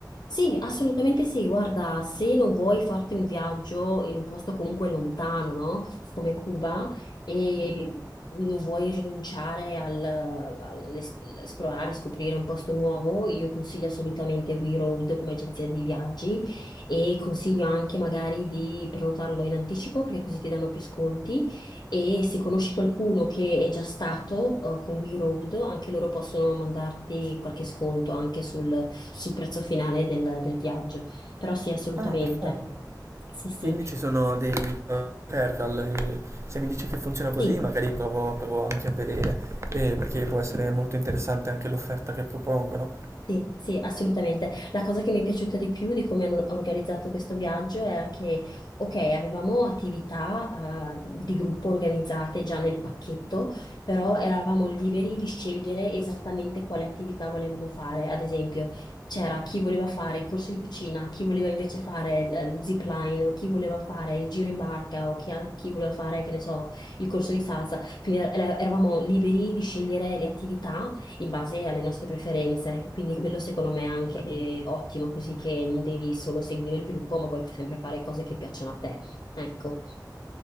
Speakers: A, on the left; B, on the right.
A: Sì, assolutamente sì. Guarda, se non vuoi farti un viaggio in un posto comunque lontano, no? Come Cuba, e Mhm. non vuoi rinunciare al, all'esplorare, scoprire un posto nuovo, io consiglio assolutamente We Road come agenzia di viaggi e consiglio anche magari di prenotarlo in anticipo perché così ti danno più sconti. E se conosci qualcuno che è già stato eh, con We Road, anche loro possono mandarti qualche sconto anche sul, sul prezzo finale del, del viaggio. Però sì, assolutamente.
B: Ah, perfetto.
A: Sì, sì.
B: Quindi ci sono dei referral, e se mi dici che funziona così
A: Sì.
B: magari provo, provo anche a vedere, eh, perché può essere molto interessante anche l'offerta che propongono.
A: Sì, sì, assolutamente. La cosa che mi è piaciuta di più di come hanno organizzato questo viaggio era che, ok, avevamo attività, eh, di gruppo organizzate già nel pacchetto, però eravamo liberi di scegliere esattamente quale attività volevamo fare. Ad esempio, c'era chi voleva fare il corso di cucina, chi voleva invece fare il, il zip line, o chi voleva fare il giro in barca, o chi, al- chi voleva fare, che ne so, il corso di salsa. Quindi er- eravamo liberi di scegliere le attività in base alle nostre preferenze. Quindi quello secondo me è anche eh, ottimo, così che non devi solo seguire il gruppo, ma puoi sempre fare cose che piacciono a te. Ecco.